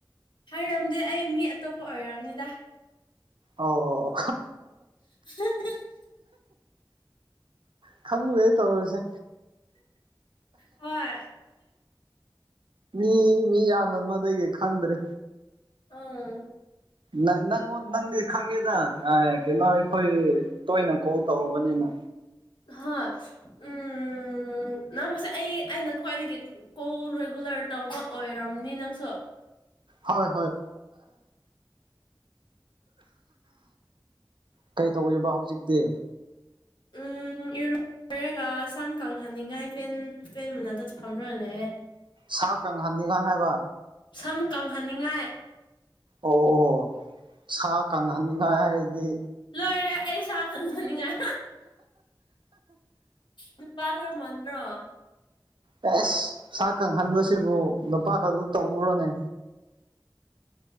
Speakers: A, on the left (about 70°); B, on the right (about 75°).
A: ꯍꯥꯏꯔꯝꯗꯦ ꯑꯩ ꯃꯤ ꯑꯇꯣꯞꯄ ꯑꯣꯏꯔꯝꯅꯤꯗ
B: ꯑꯧ ꯑꯧ ꯑ‌ꯣ
A: <unintelligible>
B: ꯈꯪꯗꯦ ꯇꯧꯔꯤꯁꯦ
A: ꯍꯣꯏ
B: ꯃꯤ ꯃꯤ ꯌꯥ ꯃꯟꯕꯗꯒꯤ ꯈꯪꯗ꯭ꯔꯦ
A: ꯑꯥ
B: ꯅꯪ ꯅꯪꯉ‌ꯣꯟ ꯅꯪꯗꯤ ꯈꯪꯉꯤꯗ ꯑꯥ ꯀꯩꯅꯣ ꯑꯩꯈꯣꯏ ꯇꯣꯏꯅ ꯀꯣꯜ ꯇꯧꯔꯕꯅꯤꯅ
A: ꯍꯥ ꯎꯝ ꯎꯝ ꯅꯪ ꯕꯨꯁꯦ ꯑꯩ ꯑꯩꯅ ꯈ꯭ꯋꯥꯏꯗꯒꯤ ꯀꯣꯜ ꯔꯤꯒꯨꯂꯔ ꯇꯧꯕ ꯑꯣꯏꯔꯝꯅꯤ ꯅꯪꯁꯨ
B: ꯍꯣꯏ ꯍꯣꯏ ꯀꯩ ꯇꯧꯔꯤꯕ ꯍꯧꯖꯤꯛꯇꯤ
A: ꯎꯝ ꯏꯔꯨꯔꯦ ꯔꯒ ꯁꯝ ꯀꯪꯍꯟꯅꯤꯉꯥꯏ ꯐꯦꯟ ꯐꯦꯟ ꯃꯅꯥꯗ ꯐꯝꯔꯥ ꯂꯩꯌ‌ꯦ
B: ꯁꯥ ꯀꯪ ꯍꯟꯅꯤꯒꯥꯏ ꯍꯥꯏꯕ
A: ꯁꯝ ꯀꯪ ꯍꯟ ꯅꯤꯉꯥꯏ
B: ꯑꯣ ꯑꯣ ꯁꯥ ꯀꯪꯍꯟꯅꯤꯉꯥꯏ ꯍꯥꯏꯔꯗꯤ
A: ꯂꯣꯏꯔꯦ ꯑꯩ ꯁꯥ ꯀꯪ ꯐꯅꯤꯡꯉꯥꯏ ꯅꯨꯞꯄꯥ ꯈꯔ ꯃꯟꯗ꯭ꯔꯣ
B: ꯑ‌ꯦ ꯑꯦꯁ ꯁꯥ ꯀꯪꯍꯟꯕꯁꯤꯕꯨ ꯅꯨꯄꯥ ꯈꯛꯇ ꯇꯧꯔꯨꯔꯅꯦ